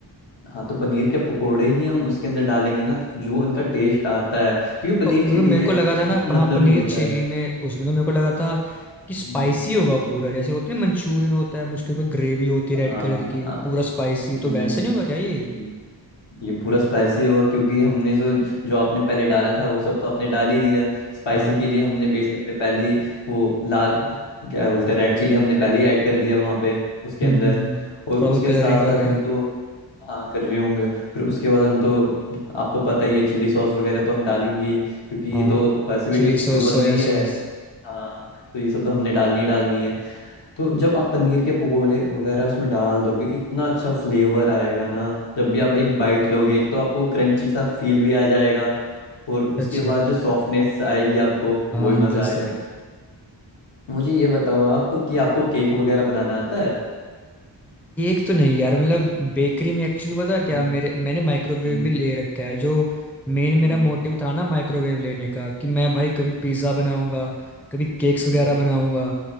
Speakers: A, on the left (about 80°); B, in the centre.
A: हाँ तो पनीर के पकोड़े ही हम उसके अंदर डालेंगे ना जो उनका टेस्ट आता है क्योंकि
B: तो
A: पनीर
B: मेरे
A: चिली
B: को मेरे
A: है
B: को लगा था ना
A: उसका मतलब
B: हाँ पनीर
A: ही होता
B: चिली
A: है
B: में उसमें तो मेरे को लगा था कि स्पाइसी
A: हम्म,
B: होगा पूरा जैसे होती है मंचूरियन होता है उसके ऊपर ग्रेवी होती
A: हाँ
B: है रेड कलर की
A: हाँ,
B: पूरा स्पाइसी तो
A: हम्म
B: वैसा नहीं होगा क्या ये
A: हम्म। ये पूरा स्पाइसी होगा क्योंकि हमने जो जो आपने पहले डाला था वो सब तो आपने डाल ही दिया स्पाइसी
B: हाँ
A: के लिए हमने बेसन में पहले ही वो लाल क्या बोलते हैं रेड चिली हमने पहले ही ऐड कर दिया वहाँ पे उसके
B: हम्म
A: अंदर
B: हम्म
A: और
B: थोड़ा
A: उसके
B: बहुत कलरिंग
A: साथ साथ
B: हो गया
A: हम तो हाँ कर रहे होंगे फिर उसके बाद हम तो आपको पता ही है चिली सॉस वगैरह तो हम डालेंगे ही, क्योंकि ये
B: हाँ
A: तो वैसे भी
B: Chilli
A: डिश
B: sauce
A: जो बन
B: soya
A: रही है
B: sauce
A: हाँ तो ये सब तो हमने डालनी ही डालनी है तो जब आप पनीर के पकोड़े वगैरह उसमें डाल दोगे इतना अच्छा फ्लेवर आएगा ना जब भी आप एक बाइट लोगे एक तो आपको क्रंची सा फील भी आ जाएगा और उसके
B: अच्छा
A: बाद जो सॉफ्टनेस आएगी आपको
B: हाँ
A: वो ही
B: अंदर
A: मज़ा आएगा
B: से
A: मुझे ये बताओ आप कि आपको केक वगैरह बनाना आता है
B: केक तो नहीं यार मतलब बेकरी में एक्चुअली पता है
A: हम्म
B: क्या मेरे मैंने माइक्रोवेव
A: हम्म
B: भी ले रखा है जो मेन मेरा
A: हम्म
B: मोटिव था ना माइक्रोवेव लेने का कि मैं भाई कभी पिज़्ज़ा बनाऊंगा कभी केक्स वगैरह
A: हम्म
B: बनाऊंगा